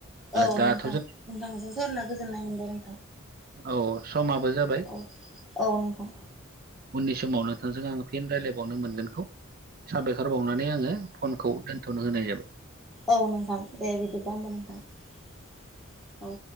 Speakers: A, in the centre; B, on the right (about 45°).
A: औ
B: दा
A: नोंथां
B: थ'
A: नोंथांजों सावरायना गोजोननाय मोनबाय नोंथां
B: औ समाबो जाबाय
A: औ औ नोंथां
B: उननि समाव नोंथांजों आं फिन रायलायबावनो मोनगोनखौ साबायखर ओंखारबावनानै आङो फनखौ दोन्थ'नो होनाय जाबाय
A: औ नोंथां दे बिदिब्ला होमबा नोंथां औ